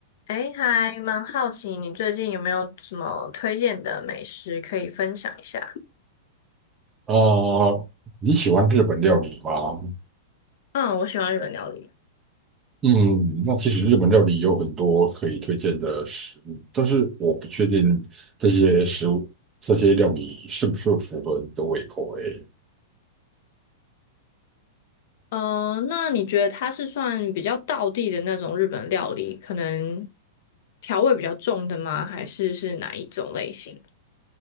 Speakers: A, on the left; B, on the right.
A: 哎，还蛮好奇你最近有没有什么推荐的美食可以分享一下？
B: 啊，你喜欢日本料理吗？
A: 嗯，我喜欢日本料理。
B: 嗯，那其实日本料理有很多可以推荐的食物，但是我不确定这些食物、这些料理是不是符合你的胃口诶。
A: 嗯，那你觉得它是算比较道地的那种日本料理，可能调味比较重的吗？还是是哪一种类型？